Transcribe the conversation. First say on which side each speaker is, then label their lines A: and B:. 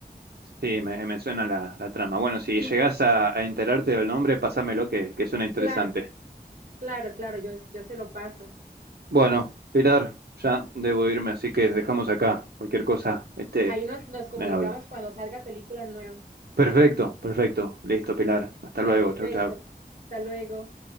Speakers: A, on the right (about 75°); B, on the right (about 50°).
A: Sí, me, me suena la, la trama. Bueno, si
B: Sí,
A: llegás a, a enterarte del nombre, pásamelo que, que suena interesante.
B: claro, claro, claro, yo, yo se lo paso.
A: Bueno, Pilar, ya debo irme, así que dejamos acá. Cualquier cosa, este,
B: Ahí nos, nos comunicamos
A: me hablas.
B: cuando salga películas nuevas.
A: Perfecto, perfecto. Listo, Pilar. Hasta luego.
B: Perfecto,
A: Chau, chau.
B: hasta luego.